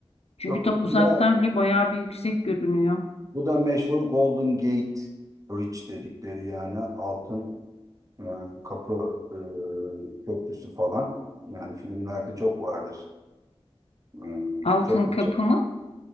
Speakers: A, on the left (about 70°); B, on the right (about 30°).
A: Çünkü
B: Çok
A: da
B: iyi.
A: uzaktan
B: bu da,
A: bile bayağı bir yüksek görünüyor.
B: bu da meşhur Golden Gate Bridge dedikleri yani altın e, kapı e, köprüsü falan. Yani filmlerde çok vardır. E,
A: Altın
B: çok geçer.
A: kapı mı?